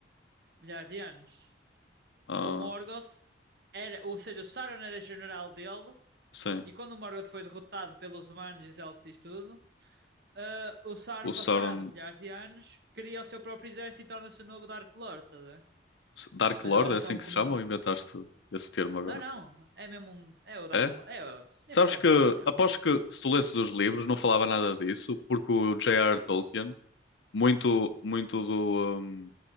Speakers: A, on the right; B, on the left.
A: milhares de anos.
B: Ah,
A: o Morgoth era, ou seja, o Sauron era general dele,
B: sim.
A: e quando o Morgoth foi derrotado pelos humanos e os elfos e isso tudo, ah, o Sauron,
B: O Sauron.
A: passado milhares de anos, cria o seu próprio exército e torna-se o novo Dark Lord, tá a ver?
B: Dark
A: Mas
B: Lord
A: ele era
B: é
A: só
B: assim
A: um
B: que
A: comandante.
B: se chama ou inventaste esse termo agora?
A: Não, não, é mesmo um. É o Dark
B: É?
A: Lord. É, o-
B: Sabes
A: é por ser
B: que,
A: mau. yeah.
B: aposto que se tu lesses os livros não falava nada disso, porque o J R Tolkien, muito, muito do, hum,